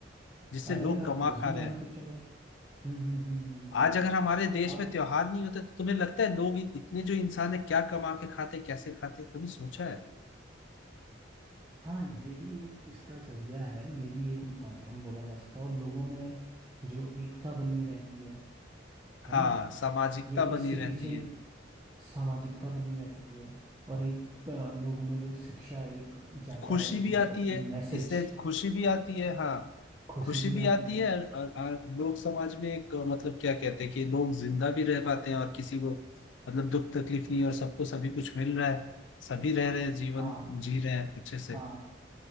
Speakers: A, on the left (about 75°); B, on the right (about 20°).
A: जिससे
B: अरे
A: लोग
B: आप
A: कमा
B: वही
A: खा रहे
B: मान
A: हैं
B: के चलो हम्म हम्म हम्म हम्म हम्म
A: आज
B: हम्म।
A: अगर हमारे देश
B: आप
A: में त्योहार नहीं होते तो तुम्हें लगता है लोग इत- इतने जो इंसान है क्या कमा के खाते कैसे खाते कभी सोचा है
B: हाँ ये भी एक इसका जरिया है ये भी एक माध्यम बोला जा सकता है और लोगों में जो एकता बनी रहती है है
A: हाँ
B: ना
A: सामाजिकता
B: ये इसके
A: बनी रहती
B: पीछे
A: है
B: सामाजिकता बनी रहती है और एक अ, लोगों में जो शिक्षा एक जाता
A: खुशी
B: है एक
A: भी
B: मतलब
A: आती है
B: कि मैसेज
A: इससे खुशी भी आती है हाँ
B: खुशी
A: खुशी
B: भी
A: भी आती
B: आती है
A: है और, और, और लोग समाज में एक अ, मतलब क्या कहते हैं कि लोग जिंदा भी रह पाते हैं और किसी को मतलब दुख तकलीफ नहीं है और सबको सभी कुछ मिल रहा है सभी रह रहे हैं जीवन
B: हाँ
A: जी रहे हैं अच्छे से
B: हाँ